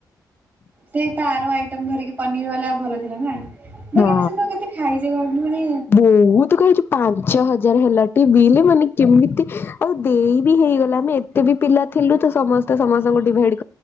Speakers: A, on the right; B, on the left.
A: ସେ ତାର ଆଇଟମ୍ ଧରିକି ପନିର ବାଲା ଭଲ ଥିଲା ନା। ବାକି
B: ହଁ
A: ଆମେ ସେଦିନ କେତେ ଖାଇଛେ କହନି ମାନେ
B: ବୋହୁତ ଖାଇଚୁ ପାଞ୍ଚ ହଜାର ହେଲା ଟେ ବିଲି ମାନେ କେମିତି ଆଉ ଦେଇ ବି ହେଇଗଲା ଆମେ ଏତେ ବି ପିଲା ଥିଲୁ ତ ସମସ୍ତେ ସମସ୍ତଙ୍କୁ ଡିଭାଇଡ୍